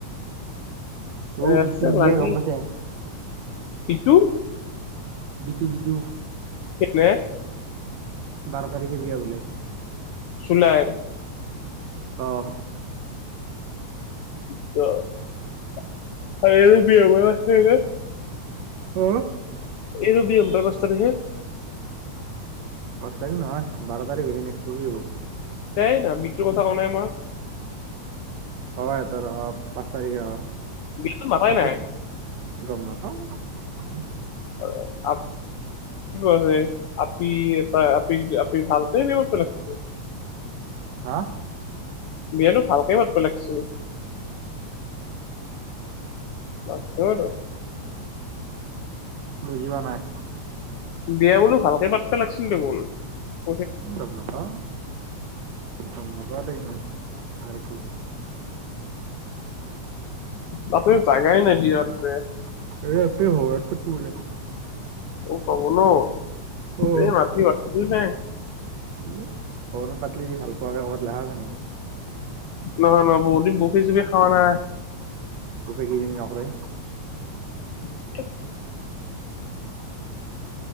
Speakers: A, on the right; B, on the left.
A: অঔ,
B: আছে
A: বিটোৰ বিয়া
B: লাগি
A: গম পাইছে?
B: ইটোৰ
A: বিতু, বিতু।
B: কেনে
A: বাৰ তাৰিখে বিয়া বোলে।
B: চুলাইৰ।
A: অহ।
B: অ', <unintelligible>
A: হা।
B: এই ৰবি হম বা পাঁচ তাৰিখে
A: পাঁচ তাৰিখ নহয় বাৰ তাৰিখ হ'লে নেক্সট তোত হব
B: তাই <unintelligible> মৃত্যুৰ কথা কোৱা নাই মই
A: হয় সিহতৰ অ পাঁচ তাৰিখে অ
B: বিছ ভাতাই
A: একো
B: নাই
A: গম নাপাওঁ <inaudible>
B: <unintelligible> আছে আপি আপি আপি ভালকৈ নিব পেলছিল
A: হা
B: বিয়াতো ভালকে মাতব লাগছি। <unintelligible>
A: বুজি পোৱা নাই।
B: বিয়া বোলো ভালকে পাতব লাগিছিল <unintelligible>
A: গম নাপাওঁ, গম নাপাওঁ দেই, ইমান কাৰ, কি। <unintelligible>
B: তাতে জাগাই নাই বিয়া পাতব, <unintelligible>
A: অ <unintelligible> আছে নিকি?
B: নহয়, নহয় বহুত দিন কফি, চফি খাৱা নাই।
A: <unintelligible> নকৰে।
B: <unintelligible>